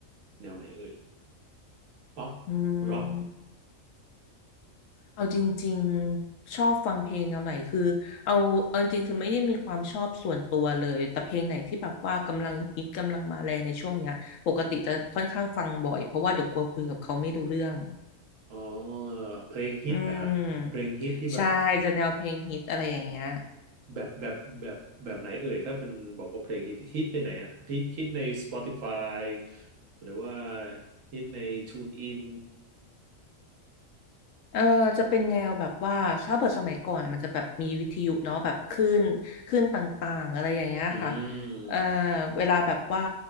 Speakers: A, on the right; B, on the left.
A: แนวไหนเอ่ยป๊อป
B: อื
A: ร็อก
B: มเอาจริงๆ ชอบฟังเพลงแนวไหนคือเอาเอาจริงๆคือไม่ได้มีความชอบส่วนตัวเลยแต่เพลงไหนที่แบบว่ากำลังฮิตกำลังมาแรงในช่วงเนี้ยปกติจะค่อนข้างฟังบ่อยเพราะว่าเดี๋ยวกลัวคุยกับเขาไม่รู้เรื่อง
A: อ๋อเพลงฮิตนะฮะเพลงฮิตที่แบบ
B: อืมใช่จะแนวเพลงฮิตอะไรอย่างเงี้ย
A: แบบแบบแบบแบบไหนเอ่ยถ้าเป็นบอกว่าเพลงฮิตฮิตในไหนอะฮิตฮิตใน Spotify หรือว่าฮิตใน TuneIn
B: เออจะเป็นแนวแบบว่าถ้าเปิดสมัยก่อนอะมันจะแบบมีวิทยุเนาะแบบคลื่นคลื่นต่างๆอะไรอย่างเงี้ยค่ะ
A: อืม
B: เออเวลาแบบว่า